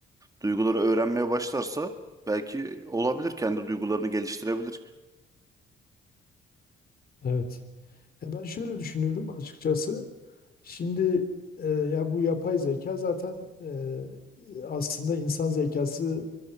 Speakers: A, on the right; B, on the left.
A: Duyguları öğrenmeye başlarsa belki olabilir kendi duygularını geliştirebilir.
B: Evet. Ya ben şöyle düşünüyorum açıkçası. Şimdi e, ya bu yapay zeka zaten e, aslında insan zekası